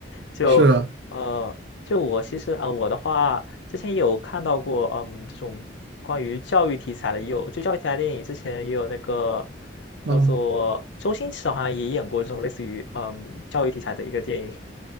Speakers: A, on the left (about 75°); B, on the right (about 60°).
A: 就，
B: 是啊，
A: 呃就我其实啊、呃我的话之前也有看到过，嗯，这种关于教育题材的，也有就教育题材电影，之前也有那个叫做周星驰好像也演过这种类似于嗯教育题材的一个电影，
B: 啊